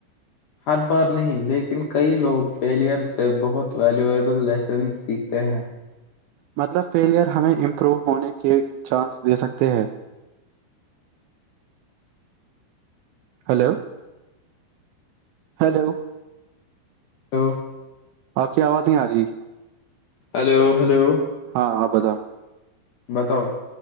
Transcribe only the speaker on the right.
مطلب فیلیئر ہمیں امپروو ہونے کے چانس دے سکتے ہیں ہیلو ہیلو
آک آواز نہیں آ رہی
ہاں آبودا